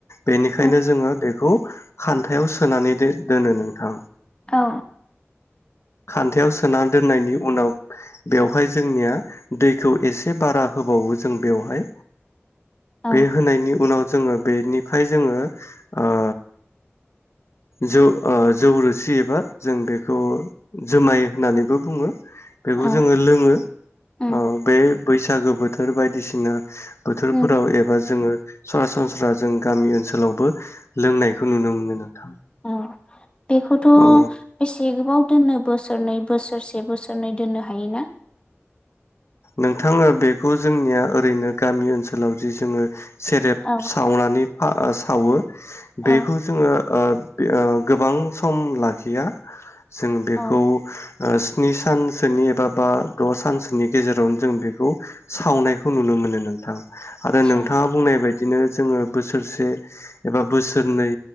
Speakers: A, on the left (about 70°); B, on the left (about 25°).
A: बेनिखायनो
B: औ
A: जोङो बेखौ खान्थायाव सोनानै दो-दोनो नोंथां।
B: औ
A: खान्थायाव सोना दोननायनि उनाव बेवहाय जोंनिया दैखौ एसे बारा होबावो जों बेवहाय।
B: औ
A: बे होनायनि उनाव जोङो बेनिफ्राय जोङो ओ जौ ओ जौ रोसि एबा जों बेखौ जोमाय होननानैबो बुङो। बेखौ
B: औ
A: जोङो लोङो
B: उम
A: अ बे बैसागो बोथोर बायदिसिना बोथोरफोराव
B: उम
A: एबा जोङो सरासनस्रा जों गामि ओनसोलावबो लोंनायखौ नुनो मोनो नोंथां।
B: औ बेखौथ'
A: औ
B: बेसे गोबाव दोननो बोसोरनै बोसोरसे बोसोरनै दोननो हायो ना?
A: नोंथा ओ बेखौ जोंनिया ओरैनो गामि ओनसोलाव जि जोङो सेरेब
B: औ
A: सावनानै आ सावो
B: औ
A: बेखौ जोङो ओ ओ गोबां सम लाखिया जों बेखौ
B: औ
A: ओ स्नि सानसोनि एबा बा द' सानसोनि गेजेरावनो जों बेखौ सावनायखौ नुनो मोनो नोंथां। आरो
B: आतसा
A: नोंथाङा बुंनाय बाय बिदिनो जोङो बोसोरसे एबा बोसोरनै